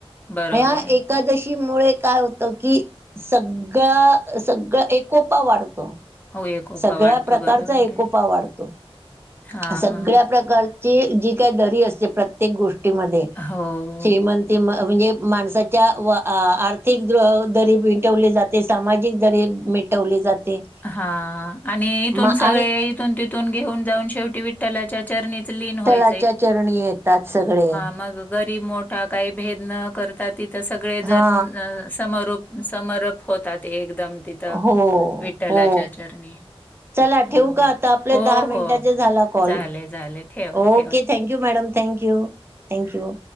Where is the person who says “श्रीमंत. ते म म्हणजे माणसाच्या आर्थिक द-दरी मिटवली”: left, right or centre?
Right